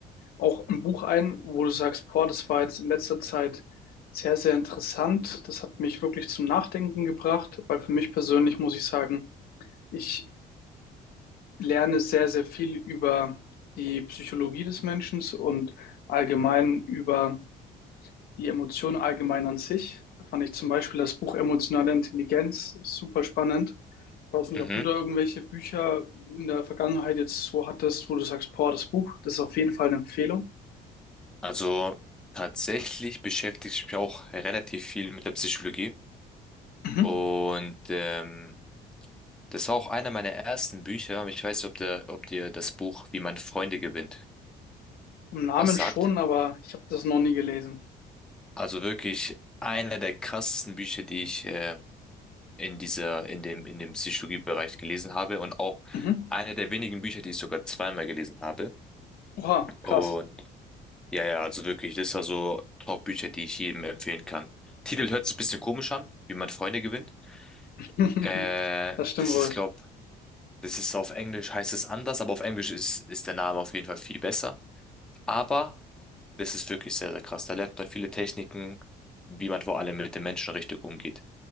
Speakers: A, on the left; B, in the centre.
A: auch ein Buch ein, wo du sagst, boah, das war jetzt in letzter Zeit sehr, sehr interessant. Das hat mich wirklich zum Nachdenken gebracht, weil für mich persönlich muss ich sagen, ich lerne sehr, sehr viel über die Psychologie des Menschen und allgemein über die Emotionen allgemein an sich. Da fand ich zum Beispiel das Buch Emotionale Intelligenz super spannend. Ich weiß nicht,
B: Mhm.
A: ob du da irgendwelche Bücher in der Vergangenheit jetzt so hattest, wo du sagst, boah, das Buch, das ist auf jeden Fall eine Empfehlung.
B: Also tatsächlich beschäftige ich mich auch relativ viel mit der Psychologie.
A: Mhm.
B: Und ähm, das war auch einer meiner ersten Bücher. Ich weiß nicht, ob, der, ob dir das Buch Wie man Freunde gewinnt
A: Vom Namen
B: was sagt.
A: schon, aber ich habe das noch nie gelesen.
B: Also wirklich einer der krassesten Bücher, die ich äh, in dieser, in dem, in dem Psychologiebereich gelesen habe und auch
A: Mhm.
B: einer der wenigen Bücher, die ich sogar zweimal gelesen habe.
A: Oha,
B: Und
A: krass.
B: ja, ja, also wirklich, das war so Top-Bücher, die ich jedem empfehlen kann. Titel hört sich ein bisschen komisch an, wie man Freunde gewinnt.
A: <laughs>
B: Äh,
A: Das stimmt
B: das
A: wohl.
B: ist, glaub, Das ist auf Englisch heißt es anders, aber auf Englisch ist, ist der Name auf jeden Fall viel besser. Aber das ist wirklich sehr, sehr krass. Da lernt man viele Techniken, wie man vor allem mit den Menschen richtig umgeht.